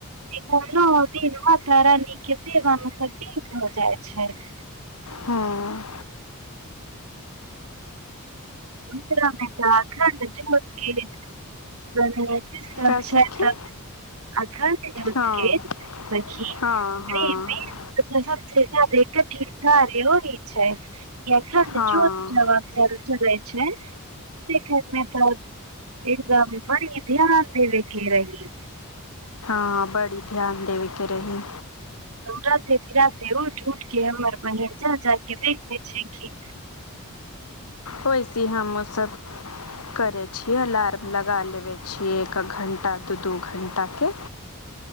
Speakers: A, on the right; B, on the left.
A: इ नौ दिन मातारानी के सेवा में त <unintelligible>
B: हँ
A: <unintelligible> छै तऽ
B: का सखी
A: अखन
B: हँ हँ
A: सखी
B: हँ
A: <unintelligible> <unintelligible>
B: हँ
A: से घर मे त <unintelligible> एकरा मे बड़ी ध्यान देबेके रही
B: हा बड़ी ध्यान देबके रही
A: राते बिराते उठ उठ के हमर बहिन जा जा के देखै छय की
B: वैसी हमहु सब करैत छियै अलार्म लगा लेबै छियै एक- एक घण्टा दू दू घण्टा के